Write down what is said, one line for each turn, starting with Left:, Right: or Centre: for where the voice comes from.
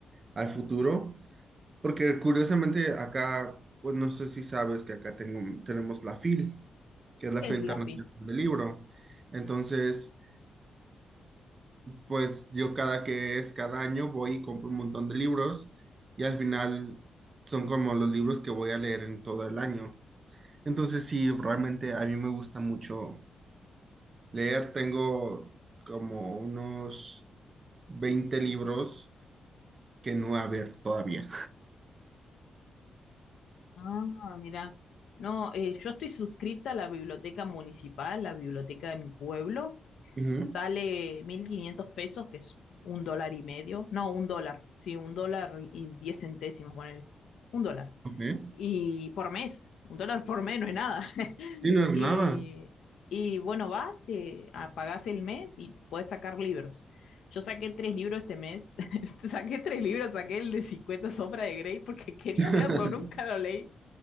Right: al futuro, porque curiosamente acá, pues no sé si sabes que acá tengo, tenemos la FIL, que es la
Left: ¿Qué
Right: Feria
Left: es la
Right: Internacional
Left: FI?
Right: del Libro. Entonces, pues yo cada que es cada año voy y compro un montón de libros y al final son como los libros que voy a leer en todo el año. Entonces sí, realmente a mí me gusta mucho leer. Tengo como unos 20 libros que no he abierto todavía.
Left: Ah, mira. No, eh, yo estoy suscrita a la biblioteca municipal, la biblioteca de mi pueblo.
Right: Ujú,
Left: sale 1.500 pesos, que es un dólar y medio, no, un dólar, sí, un dólar y 10 centésimos, ponele, un dólar.
Right: ok.
Left: Y por mes, un dólar por mes no es nada. <laughs>
Right: Sí, no es
Left: Y,
Right: nada.
Left: y bueno, vas, te ah, pagás el mes y puedes sacar libros. Yo saqué tres libros este mes, <laughs> saqué tres libros, saqué el de cincuenta Sombras de Grey porque <laughs> quería
Right: <laughs>
Left: leerlo, nunca lo leí.